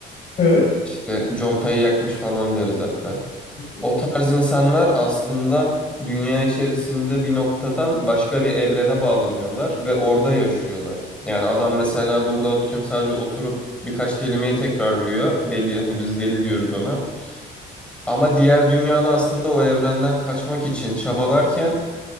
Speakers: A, on the left; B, in the centre.
A: Evet.
B: İşte contayı yakmış falan deriz hatta.
A: Hı hı.
B: O tarz insanlar aslında dünya içerisinde bir noktadan başka bir evrene bağlanıyorlar ve orada yaşıyorlar. Yani adam mesela burada atıyorum sadece oturup birkaç kelimeyi tekrarlıyor. Deli hani biz deli diyoruz ona. Ama diğer dünyada aslında o evrenden kaçmak için çabalarken